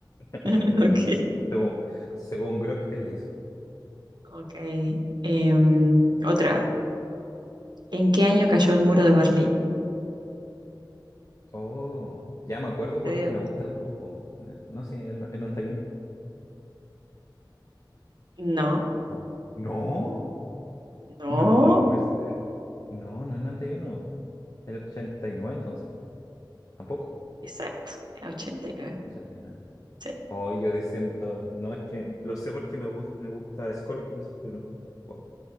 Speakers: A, on the left; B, on the right.
A: <laughs>
B: <laughs>
A: él la
B: ok.
A: hizo. Según, según Grok, él la hizo.
B: Ok. em, otra. ¿En qué año cayó el muro de Berlín?
A: Oh, ya me acuerdo
B: Te
A: porque
B: digo,
A: me gusta el grupo. Eh, No, sí, el, el noventa y uno
B: No,
A: Oh, no,
B: no.
A: no, no puede ser. No, no es noventa y uno El 89 entonces. Tampoco.
B: Exacto. ochenta y nueve.
A: 89.
B: Sí.
A: Oh, yo diciendo, no, es que lo sé porque me, gus- me gusta Scorpions, pero wow,